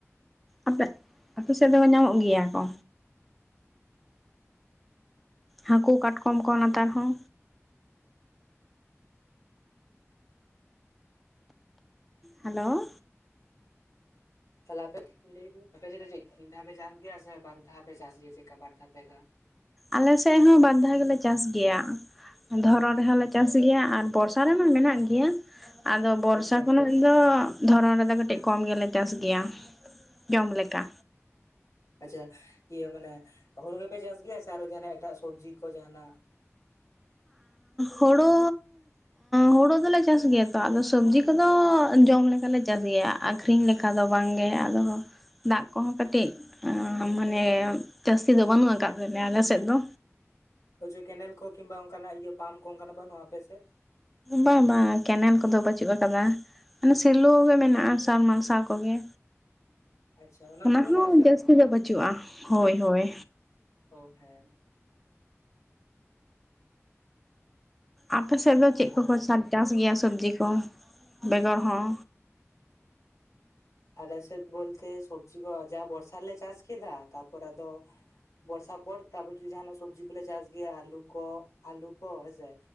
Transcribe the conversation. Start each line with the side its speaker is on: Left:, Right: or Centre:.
Centre: ᱟᱯᱮᱜ ᱟᱯᱮᱥᱮᱫ ᱫᱚᱠᱚ ᱧᱟᱢᱚᱜ ᱜᱮᱭᱟ ᱠᱚ ᱦᱟᱹᱠᱩ ᱠᱟᱴᱠᱚᱢ ᱠᱚ ᱱᱮᱛᱟᱨ ᱦᱚᱸ ᱦᱮᱞᱳ
Left: ᱛᱟᱦᱚᱞᱮᱯᱮᱫ ᱞᱟᱹᱭ ᱫᱟᱹᱧ ᱟᱯᱮ ᱪᱮᱫ ᱪᱮᱫ ᱪ <inaudible> ᱫᱷᱟᱣ ᱯᱮ ᱪᱟᱥ ᱜᱮᱭᱟ ᱥᱮ ᱵᱟᱨ ᱫᱷᱟᱣ ᱯᱮ ᱪᱟᱥ ᱜᱮᱭᱟ ᱪᱮᱫᱠᱟ ᱵᱟᱨ ᱫᱷᱟᱣ ᱯᱮ ᱫᱷᱟᱣ
Centre: ᱟᱞᱮᱥᱮᱫ ᱦᱚᱸ ᱵᱟᱨ ᱫᱷᱟᱣ ᱜᱮᱞᱮ ᱪᱟᱥ ᱜᱮᱭᱟ ᱫᱷᱚᱨᱚᱱ ᱨᱮᱦᱚᱸᱞᱮ ᱪᱟᱥ ᱜᱮᱭᱟ ᱟᱨ ᱵᱚᱨᱥᱟ ᱨᱮᱢᱟ ᱢᱮᱱᱟᱜ ᱜᱮᱭᱟ ᱟᱫᱚ ᱵᱚᱨᱥᱟ
Left: ᱟᱪᱪᱷᱟ
Centre: ᱠᱷᱚᱱ ᱟᱞ <inaudible> ᱫᱚ ᱫᱷᱚᱨᱚᱱ ᱨᱮᱫᱚ ᱠᱟᱹᱴᱤᱡ ᱠᱚᱢ ᱜᱮᱞᱮ ᱪᱟᱥ ᱜᱮᱭᱟ ᱡᱚᱢ ᱞᱮᱠᱟ
Left: ᱟᱪᱪᱷᱟ ᱤᱭᱟᱹ ᱢᱟᱱᱮ ᱦᱩᱲᱩ ᱜᱮᱯᱮ ᱪᱟᱥ ᱜᱮᱭᱟ ᱥᱮ ᱟᱨᱚ ᱡᱟᱦᱟᱱᱟᱜ ᱮᱴᱟᱜ ᱥᱚᱵᱽᱡᱤ ᱠᱚ ᱡᱟᱦᱟᱱᱟᱜ
Centre: ᱦᱳᱲᱳ ᱦᱩᱲᱩ ᱫᱚᱞᱮ ᱪᱟᱥ ᱜᱮᱭᱟ ᱛᱚ ᱟᱫᱚ ᱥᱚᱵᱡᱤ ᱠᱚᱫᱚ ᱡᱚᱢ ᱞᱮᱠᱟᱞᱮ ᱪᱟᱥ ᱜᱮᱭᱟ ᱚᱱᱠᱟ ᱫᱚ ᱵᱟᱝᱜᱮ ᱟᱫᱚᱦᱚᱸ ᱫᱟᱜ ᱠᱚᱦᱚᱸ ᱠᱟᱹᱴᱤᱡ ᱢᱟᱱᱮ ᱡᱟᱹᱥᱛᱤ ᱫᱚ ᱵᱟᱹᱱᱩᱜ ᱟᱠᱟᱫ ᱛᱮᱭᱟ ᱟᱞᱮᱥᱮᱫ ᱫᱚ
Left: ᱦᱳᱭᱪᱚ ᱠᱮᱱᱮᱞ ᱠᱚ ᱠᱤᱝᱵᱟ ᱚᱱᱠᱟᱱᱟᱜ ᱤᱭᱟᱹ ᱯᱟᱢᱯ ᱠᱚ ᱚᱱᱠᱟᱱᱟᱜ ᱵᱟᱹᱱᱩᱜᱼᱟ ᱟᱯᱮᱥᱮᱫ
Centre: ᱵᱟᱝ ᱵᱟᱝ ᱠᱮᱱᱮᱞ ᱠᱚᱫᱚ ᱵᱟᱹᱪᱩᱜ ᱟᱠᱟᱫᱟ ᱢᱟᱱᱮ ᱥᱮᱞᱩ ᱜᱮ ᱢᱮᱱᱟᱜ-ᱟ ᱥᱟᱵᱽᱢᱟᱨᱥᱟᱞ ᱠᱚᱜᱮ
Left: ᱟᱪᱪᱷᱟ
Centre: ᱚᱱᱟ
Left: ᱛᱮᱦᱚᱸᱛᱚ
Centre: ᱦᱚᱸ
Left: ᱪᱟᱥ ᱜᱟᱱᱚᱜᱼᱟ
Centre: ᱡᱟᱹᱥᱛᱤ ᱫᱚ ᱵᱟᱹᱪᱩᱜᱼᱟ ᱦᱳᱭ ᱦᱳᱭ
Left: ᱚ ᱦᱮᱸ
Centre: ᱟᱯᱮ ᱥᱮᱫ ᱫᱚ ᱪᱮᱫ
Left: ᱦᱳᱭ
Centre: ᱠᱚ ᱠᱚ ᱥᱟᱨ ᱪᱟᱥ ᱜᱮᱭᱟ ᱥᱚᱵᱽᱡᱤ ᱠᱚ ᱵᱮᱜᱟᱲ ᱦᱚᱸ
Left: ᱟᱞᱮᱥᱮᱫ ᱵᱚᱞᱛᱮ ᱥᱚᱵᱡᱤ ᱠᱚ ᱡᱟ ᱵᱚᱨᱥᱟ ᱨᱮᱞᱮ ᱪᱟᱥ ᱠᱮᱫᱟ ᱛᱟᱨᱯᱚᱨ ᱟᱫᱚ ᱵᱚᱨᱥᱟ ᱯᱚᱨ ᱛᱟᱯᱚᱨ ᱡᱫᱤ ᱡᱟᱦᱟᱱᱟᱜ ᱥᱚᱵᱡᱤ ᱠᱚᱞᱮ ᱪᱟᱥ ᱜᱮᱭᱟ ᱟᱞᱩ ᱠᱚ ᱟᱞᱩ ᱠᱚ ᱦᱮᱸᱥᱮ